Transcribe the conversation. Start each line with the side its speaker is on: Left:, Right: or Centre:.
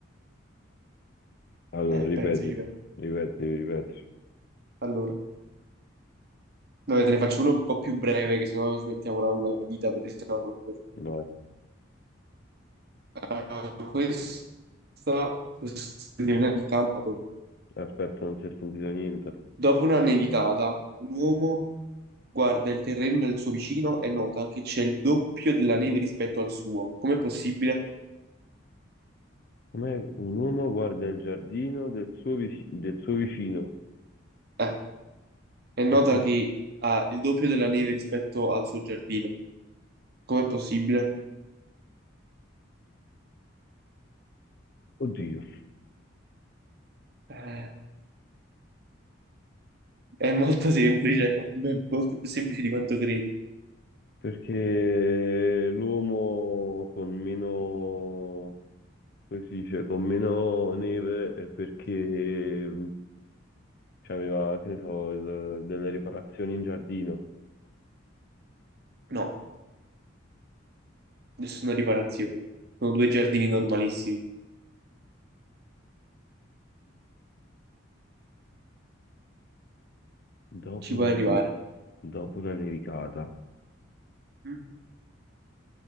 Left: Allora,
Right: Eh,
Left: ripeti,
Right: pensaci, pensa.
Left: ripeti, ripeti.
Right: Allora, vabbè, te ne faccio uno un po' più breve, che sennò ci mettiamo la- una vita per risolverlo.
Left: Vai.
Right: Ah, questa, questa nel campo.
Left: Aspetta, non si è sentito niente.
Right: Dopo una nevicata, un uomo guarda il terreno del suo vicino e nota che c'è il doppio della neve rispetto al suo. Com'è possibile?
Left: Com'è un uomo guarda il giardino del suo, vic- del suo vicino?
Right: Eh, è nota
Left: E che-
Right: che ha il doppio della neve rispetto al suo giardino. Com'è possibile?
Left: Oddio,
Right: Eh, è molto semplice, beh, molto più semplice di quanto credi.
Left: perché l'uomo con meno, come si dice, con meno neve è perché C'aveva, che ne so, il- delle riparazioni in giardino.
Right: No, nessuna riparazione. Sono due giardini normalissimi,
Left: Dopo
Right: ci
Left: una,
Right: puoi arrivare.
Left: nevi- dopo una nevicata.
Right: Mm.